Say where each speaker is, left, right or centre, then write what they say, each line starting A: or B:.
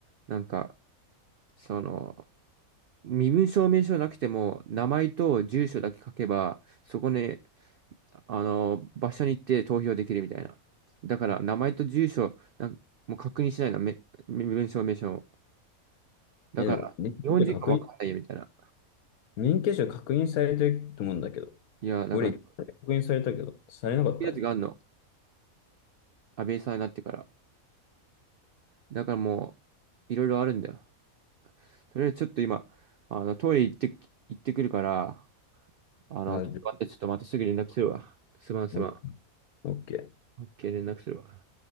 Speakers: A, on the right; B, on the left.
A: なんか、その、身分証明書なくても、名前と住所だけ書けば、そこにあの、場所に行って投票できるみたいな。だから、名前と住所、なんもう確認しないの、め、め名称、名称。だから、
B: え、でも免許証確認、
A: 日本人かわかんないよみたいな。
B: 免許証確認されてると思うんだけど。
A: いや、だから、
B: 俺、確
A: こ
B: 認されたけど、されなかったい
A: ういうやつがあるの。安倍さんになってから。だからもう、いろいろあるんだよ。とりあえずちょっと今、あの、トイレ行ってき、行ってくるから、あの、
B: や、じゃあ
A: 待って、ちょっとまたすぐ連絡するわ。すまんすまん。
B: オッオッケー。
A: OK、連絡するわ。